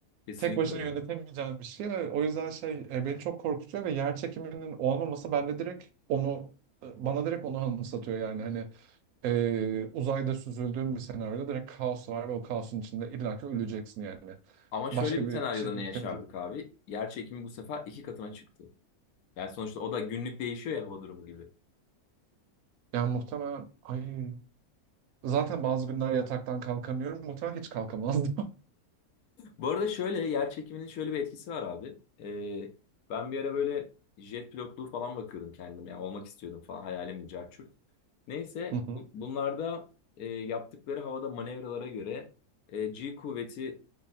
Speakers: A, on the left; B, on the right.
A: kesinlikle
B: Tek başına
A: öyle.
B: yönetemeyeceğin bir şey. E, O yüzden şey e, beni çok korkutuyor ve yer çekiminin olmaması bende direkt onu e, bana direkt onu anımsatıyor yani hani e, uzayda süzüldüğün bir senaryoda direkt kaos var ve o kaosun içinde illaki öleceksin yani.
A: Ama şöyle
B: Başka
A: bir
B: bir
A: senaryoda
B: şey mümkün
A: ne yaşardık
B: değil.
A: abi? Yer çekimi bu sefer iki katına çıktı. Yani sonuçta o da günlük değişiyor ya hava durumu gibi.
B: Yani muhtemelen ay zaten bazı günler yataktan kalkamıyorum. Muhtemelen hiç kalkamazdım.
A: Bu arada şöyle yer çekiminin şöyle bir etkisi var abi. Ee, ben bir ara böyle jet pilotluğu falan bakıyordum kendim. Yani olmak istiyordum falan hayalimdi carçurt. Neyse
B: <laughs> Hı hı.
A: bu- bunlarda e, yaptıkları havada manevralara göre e, G kuvveti